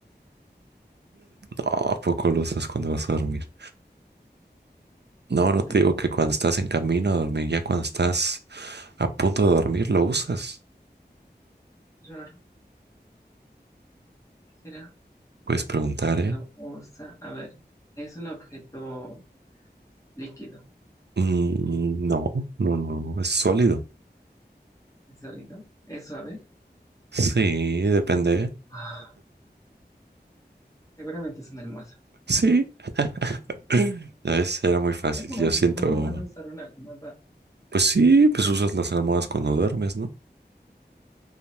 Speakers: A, on the right (about 70°); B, on the left (about 20°).
A: No, ¿a poco lo usas cuando vas a dormir? No,
B: un
A: no
B: ratito,
A: te digo que cuando estás en camino a dormir, ya cuando estás a punto de dormir, lo usas.
B: qué raro, ¿qué será?
A: Puedes preguntar, ¿eh?
B: Lo usa, a ver, es un objeto líquido,
A: Mm, no, no, no, es sólido.
B: es sólido, es suave.
A: Sí, depende.
B: Ah, seguramente es una almohada.
A: Sí. <clears throat> Ya ves, era muy fácil.
B: ¿Cómo,
A: Yo
B: van-
A: siento,
B: cómo vas a usar una almohada?
A: pues sí, pues usas las almohadas cuando duermes, ¿no?